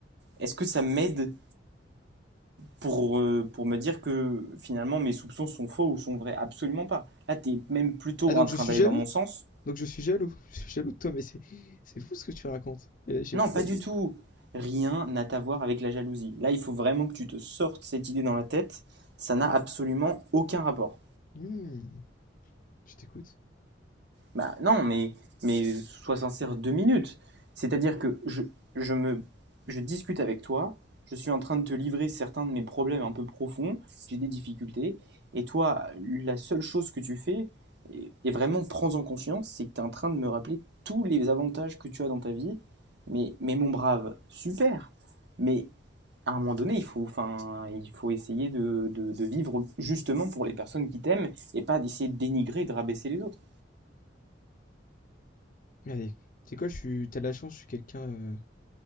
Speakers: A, on the right; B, on the left.
A: est-ce que ça m'aide pour, euh, pour me dire que finalement mes soupçons sont faux ou sont vrais? Absolument pas. Là, tu es même plutôt
B: Ah, donc
A: en train
B: je suis
A: d'aller
B: jaloux?
A: dans mon sens
B: Donc je suis jaloux. Je suis jaloux de toi, mais c'est c'est fou ce que tu racontes. Et là, j'écoute,
A: Non, pas
B: vas-y.
A: du tout. Rien n'a à voir avec la jalousie. Là, il faut vraiment que tu te sortes cette idée dans la tête. Ça n'a
B: Ah
A: absolument
B: bon.
A: aucun rapport.
B: Hmm, je t'écoute.
A: Bah non, mais, mais sois sincère deux minutes. C'est-à-dire que je, je me, je discute avec toi, je suis en train de te livrer certains de mes problèmes un peu profonds, j'ai des difficultés, et toi, la seule chose que tu fais, et vraiment prends-en conscience, c'est que tu es en train de me rappeler tous les avantages que tu as dans ta vie. Mais, mais mon brave, super. Mais à un moment donné, il faut, enfin, il faut essayer de, de, de vivre justement pour les personnes qui t'aiment et pas d'essayer de dénigrer, de rabaisser les autres.
B: Allez. C'est quoi, je suis, t'as de la chance, je suis quelqu'un euh,